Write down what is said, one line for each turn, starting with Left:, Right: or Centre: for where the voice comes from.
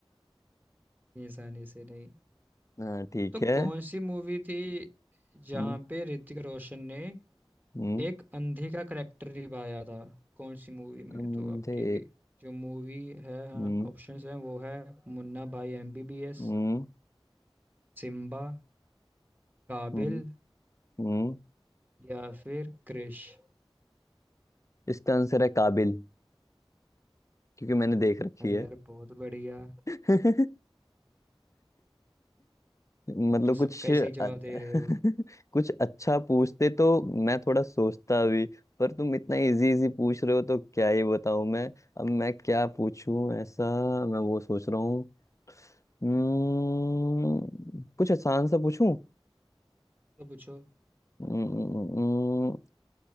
Right: इतनी आसानी से नहीं
Left: हाँ ठीक
Right: तो
Left: है
Right: कौन सी मूवी थी जहाँ
Left: हम्म
Right: पे ऋतिक रोशन ने
Left: हम्म।
Right: एक अंधे का करेक्टर निभाया था कौन सी मूवी में
Left: अंधे
Right: तो आपकी जो मूवी है हाँ
Left: हम्म
Right: ऑप्शंस हैं वो है मुन्ना भाई एमबीबीएस
Left: हम्म
Right: सिम्बा काबिल
Left: हम्म हम्म।
Right: या फिर क्रिश
Left: इसका आंसर है काबिल क्योंकि मैंने देख रखी
Right: अरे
Left: है
Right: यार बहुत बढ़िया
Left: <laughs> मतलब
Right: आप तो
Left: कुछ
Right: सबका ही
Left: अ-
Right: सही जवाब दे रहे हो
Left: <laughs> कुछ अच्छा पूछते तो मैं थोड़ा सोचता भी पर तुम इतना इजी इजी पूछ रहे हो तो क्या ही बताऊं मैं अब मैं क्या पूछूं ऐसा मैं वो सोच रहा हूँ हम्म, कुछ आसान सा पूछूं
Right: तो पूछो
Left: हम्म,